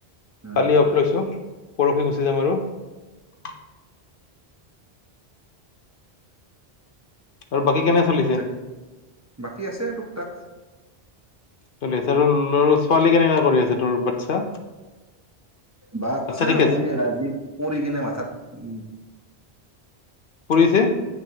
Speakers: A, on the right; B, on the left.
A: উম
B: কালে অফ লৈছো । পৰহি গুচি যাম আৰু । আৰু বাকী? কেনে চলিছে
A: আছা বাকী আছে তোক-তাক।
B: চলি আছে আৰু ল ছোৱালী কেনেকা কৰি আছে? তোৰ বাচ্ছা
A: বাচ্ছা
B: ঠিকে
A: নকবি
B: আছে
A: আজি পৰি কেনে মাথাত উ
B: পৰিছে?